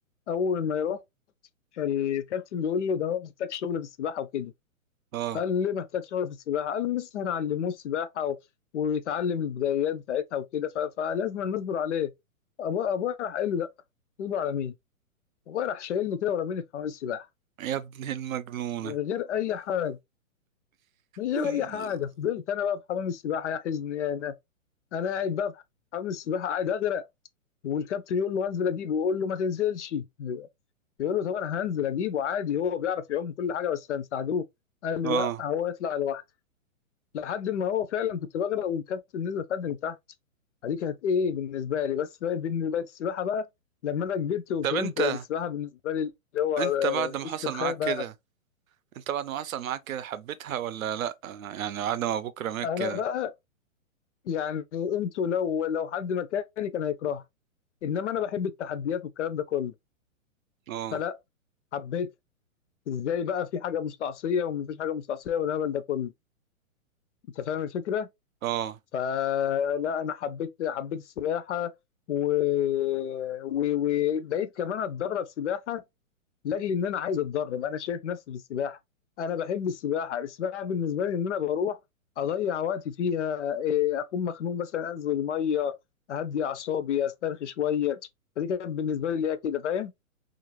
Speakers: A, on the left; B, on the right.
A: اول ما يروح الكابتن بيقول له ده هو محتاج شغل في السباحه وكده
B: اه
A: فقال ليه محتاج شغل في السباحه قال له لسه هنعلموه السباحه و... ويتعلم البدايات بتاعتها وكده ف... فلازم نصبر عليه أبو- ابويا راح قال له لا تصبر على مين ابويا راح شايلني كده ورميني في حمام السباحه
B: يا ابن المجنونة
A: من غير اي حاجه من غير
B: <laughs>
A: اي حاجه فضلت انا بقى في حمام السباحه يا حزن يا انا انا قاعد بقى في حمام السباحه قاعد اغرق والكابتن يقول له هنزل اجيبه يقول له ما تنزلش يقول له طب انا هنزل اجيبه عادي هو بيعرف يعوم كل حاجه بس هنساعدوه قال له
B: اه
A: لا هو يطلع لوحده لحد ما هو فعلا كنت بغرق والكابتن نزل خدني تحت دي كانت ايه بالنسبه لي بس بالنسبه السباحه بقى لما انا كبرت وفهمت
B: طب انت
A: بقت السباحه بالنسبه لي اللي هو آه،
B: انت بعد ما
A: استرخاء
B: حصل معاك
A: بقى
B: كده انت بعد ما حصل معاك كده حبيتها ولا لا يعني بعد ما ابوك رماك
A: انا
B: كده
A: بقى يعني انتوا لو لو حد مكاني كان هيكرهها انما انا بحب التحديات والكلام ده كله
B: اه
A: فلا حبيت ازاي بقى في حاجه مستعصيه ومفيش حاجه مستعصيه والهبل ده كله انت فاهم الفكره
B: اه
A: فلا انا حبيت حبيت السباحه و... و... وبقيت كمان اتدرب سباحه لاجل ان انا عايز اتدرب انا شايف نفسي في السباحه انا بحب السباحه السباحه بالنسبه لي ان انا بروح اضيع وقتي فيها إيه، اكون مخنوق مثلا انزل الميه اهدي اعصابي استرخي شويه فدي كانت بالنسبه لي اللي هي كده فاهم